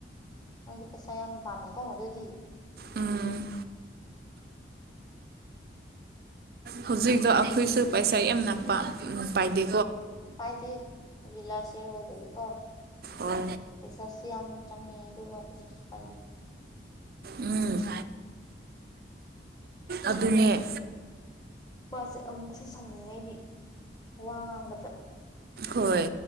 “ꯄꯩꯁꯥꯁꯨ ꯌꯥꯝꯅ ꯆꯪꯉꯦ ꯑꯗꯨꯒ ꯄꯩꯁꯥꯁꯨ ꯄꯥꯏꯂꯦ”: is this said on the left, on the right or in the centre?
Left